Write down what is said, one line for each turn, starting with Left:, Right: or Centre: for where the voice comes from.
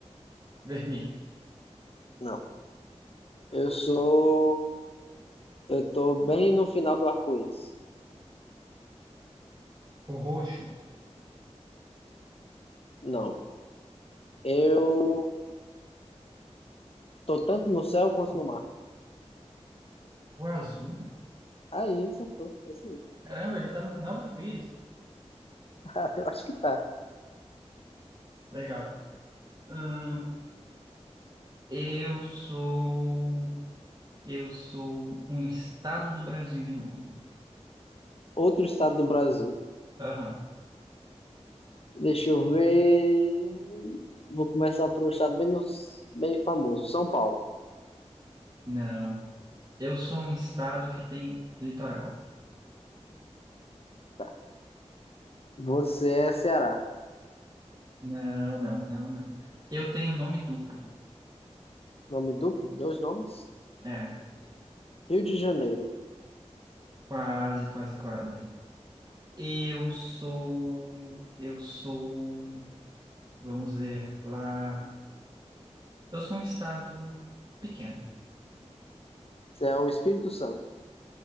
Right: Vermelho,
Left: Não. Eu sou. Eu tô bem no final do arco-íris.
Right: o roxo,
Left: Não. Eu tô tanto no céu quanto no mar.
Right: o azul.
Left: Aí, acertou. É isso aí. <laughs>
Right: Caramba, ele tá no final do arco-íris.
Left: Tá, eu acho que tá.
Right: Legal. Hum, eu sou. Eu sou um estado do Brasil de novo.
Left: Outro estado do Brasil.
Right: Aham.
Left: Deixa eu ver. Vou começar por um estado bem, no- bem famoso. São Paulo.
Right: Não. Eu sou um estado que tem litoral.
Left: Tá. Você é Ceará.
Right: Não, não, não, não. Eu tenho nome duplo.
Left: Nome duplo? Dois nomes?
Right: É,
Left: Rio de Janeiro.
Right: quase, quase, quase. Eu sou, eu sou, vamos ver lá. Eu sou um estado pequeno.
Left: Você é o Espírito Santo.